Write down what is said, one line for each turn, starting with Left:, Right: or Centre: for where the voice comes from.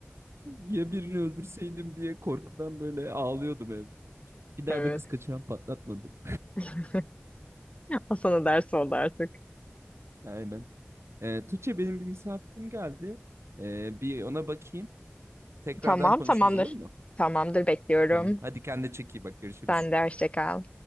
Right: Ya birini öldürseydim diye korkudan böyle ağlıyordum evde. Bir daha
Left: Evet.
Right: da kız kaçıran patlatmadım.
Left: <laughs> O sana ders oldu artık.
Right: <laughs> Aynen. Ee, Tuğçe benim bir misafirim geldi. Ee, bir ona bakayım. Tekrardan
Left: Tamam
Right: konuşuruz
Left: tamamdır.
Right: olur mu?
Left: Tamamdır bekliyorum.
Right: Tamam. Hadi kendine çek iyi bak görüşürüz.
Left: Sen de hoşça kal.